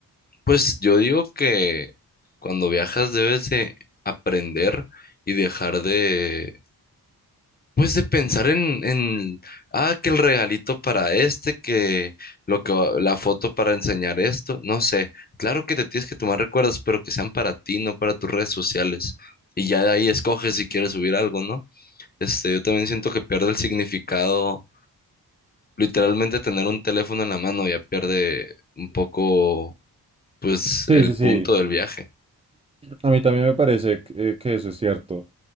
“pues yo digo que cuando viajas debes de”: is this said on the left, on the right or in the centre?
Left